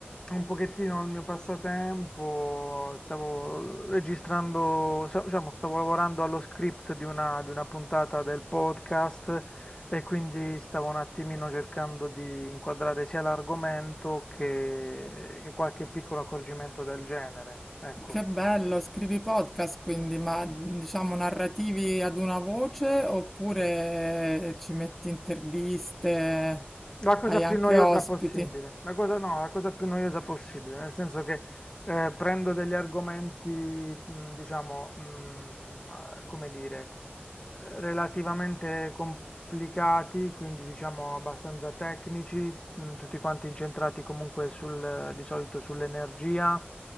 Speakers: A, on the left; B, in the centre.
A: un pochettino al mio passatempo, stavo registrando, sa- diciamo, stavo lavorando allo script di una, di una puntata del podcast e quindi stavo un attimino cercando di inquadrare sia l'argomento che, che qualche piccolo accorgimento del genere. Ecco.
B: Che bello, scrivi podcast quindi, ma diciamo narrativi ad una voce oppure ci metti interviste,
A: La cosa
B: hai
A: più
B: anche
A: noiosa
B: ospiti?
A: possibile, la cosa, no, la cosa più noiosa possibile, nel senso che eh, prendo degli argomenti, mh, diciamo, mh, eh, come dire, eh, relativamente complicati, quindi diciamo abbastanza tecnici, mh, tutti quanti incentrati comunque sul, di solito sull'energia